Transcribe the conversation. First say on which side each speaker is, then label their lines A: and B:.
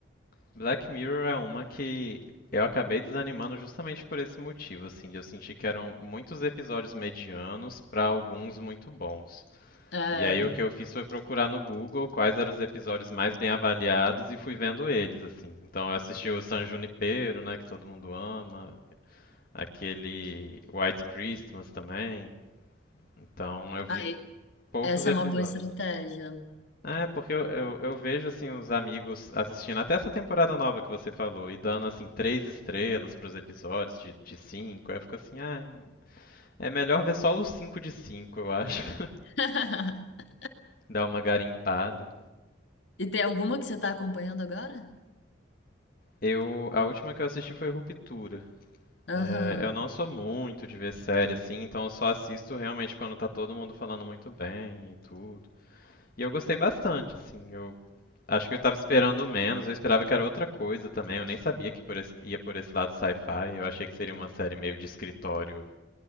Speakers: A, on the left; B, on the left.
A: Black Mirror é uma que eu acabei desanimando justamente por esse motivo, assim, de eu sentir que eram muitos episódios medianos para alguns muito bons.
B: É,
A: E aí o que eu fiz foi procurar no Google quais eram os episódios mais bem avaliados e fui vendo eles, assim. Então eu assisti o San Junipero, né, que todo mundo ama, aquele White Christmas também. Então eu vi
B: aí,
A: poucos
B: essa
A: episódios.
B: é uma boa estratégia.
A: É, porque eu, eu, eu vejo assim os amigos assistindo até essa temporada nova que você falou e dando assim três estrelas pros episódios de, de cinco. Aí eu fico assim, ah, é melhor ver só os cinco de cinco, eu acho, <laughs> pra
B: <laughs>
A: dar uma garimpada.
B: E tem alguma que você está acompanhando agora?
A: Eu, a última que eu assisti foi Ruptura.
B: Aham.
A: É, eu não sou muito de ver série assim, então eu só assisto realmente quando tá todo mundo falando muito bem e tudo. E eu gostei bastante, assim. Eu acho que eu estava esperando menos, eu esperava que era outra coisa também. Eu nem sabia que por esse- ia por esse lado sci-fi. Eu achei que seria uma série meio de escritório.